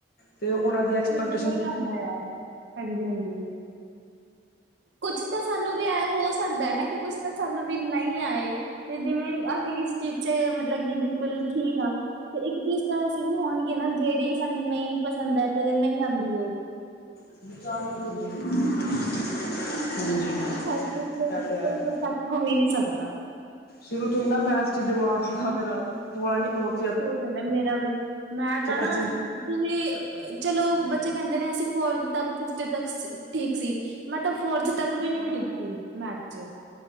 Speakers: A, on the left; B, on the right.
A: ਤੇ ਓਨਾਂ ਦੀ ਐਕਸਪਰ
B: ਤੇ ਨਈ ਆਂਦਾ ਯਾਰ। ਹਾਂਜੀ, ਹਾਂਜੀ। ਕੁੱਛ ਤਾਂ ਸਾਨੂੰ ਵੀ ਐਂ ਹੋ ਸਕਦਾ ਨਾ, ਕੀ ਕੁੱਛ ਤਾ ਸਾਨੂੰ ਵੀ ਨਈ ਆਏ। ਤੇ ਜਿਵੇਂ ਅਸੀ ਕਿਸੀ ਚੀਜ਼ ਚ ਮੱਤਲਬ ਕਿ ਬਿਲਕੁੱਲ ਠੀਕ ਹਾਂ। ਤੇ ਇੱਕ ਚੀਜ਼ ਤਾਂ ਐਸੀ ਵੀ ਹੋਣਗੇ ਨਾ, ਜੇੜੀ ਸਾਨੂੰ ਨਈ ਪਸੰਦ ਐ ਤੇ ਨਈ ਆਂਦੀ ਓ।
A: <unintelligible> ਹਾਂਜੀ।
B: ਹੇਲਪ ਲਈ ਕੋਈ,
A: ਇਹ
B: ਕੋਈ
A: ਤੇ ਹੈ।
B: ਪਰਫੈਕਟ ਹੋ ਹੀ ਨੀ ਸਕਦਾ।
A: ਸ਼ੁਰੂ ਤੋਂ ਨਾ ਮੈਥ ਚ ਦਿਮਾਗ ਹਾਂ ਮੇਰਾ, ਵਾਨੀ ਬੋਤ
B: ਸਈ ਗੱਲ ਐ ਮੇਰਾ ਵੀ, ਮੈਂ ਤਾ ਨਾ
A: ਅੱਛਾ
B: ਤੁਸੀਂ ਚਲੋ ਬੱਚੇ ਕਹਿੰਦੇ ਨੇ ਅਸੀਂ ਫੋਰਥ ਤੱਕ ਫਿਫਥ ਤੱਕ ਠੀਕ ਸੀ ਮੈਂ ਤਾਂ ਫੋਰਥ ਤੱਕ ਵੀ ਨੀ ਠੀਕ ਸੀ ਮੈਥ ਚੱ